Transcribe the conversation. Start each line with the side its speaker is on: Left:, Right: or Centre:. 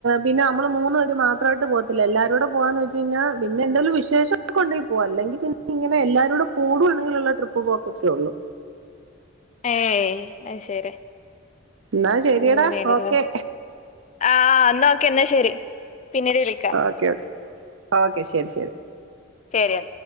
Right: പിന്നെ മ്മള് മൂന്ന് പേര് മാത് അത്രായിട്ട് പോത്തില്ലാരൂടെ പോവാ എന്ന് വെച് കഴിഞ്ഞൽ പിന്നെന്തെങ്കും വിശേഷംക്ക കൊണ്ട പോക അെങ്ക പിന്നെ ഇനെ എല്ലാരരും പ്പ കൂടു എങ്കിലുള്ള ട്രിപ്പ് പോക്ക ഒക്കെ ഉള്ളൂ.
Left: ഏ അയ് ശരി.
Right: എന്നാ ശരിയടാ
Left: അങ്ങനേണല്ലേ.
Right: ഓക്കെ
Left: ആഹ ന്ന ഒക്കെ എന്നാ ശരി. പിന്നീട് വിളിക്ക
Right: ഓക്കെ ഓക്കെ ഓക്കെ ശരി ശരി
Left: ശരിയ